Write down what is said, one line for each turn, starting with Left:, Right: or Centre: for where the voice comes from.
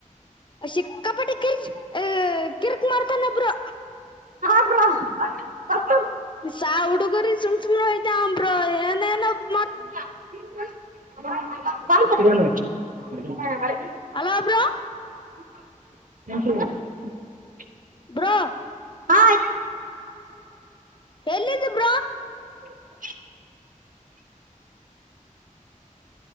Left: ಚಿಕ್ಕಪಡಿ ಕಿರ್ ಕಿರ್ಕ್ ಮಾಡ್ತಾನ ಬ್ರೋ
Right: ಹಡ
Left: ಸಾ ಹುಡುಗರಿ ಸುಮಸುಮ ರ ಇತೆ ಅಮ್ರ ಎನ <unintelligible>
Right: <unintelligible> <unintelligible>
Left: ಹಲೋ ಬ್ರೋ
Right: ಹ <unintelligible>
Left: ಬ್ರೊ
Right: ಹಾಯ್
Left: ಎಲ್ಲಿದ್ದಿ ಬ್ರೋ
Right: ಹ <unintelligible>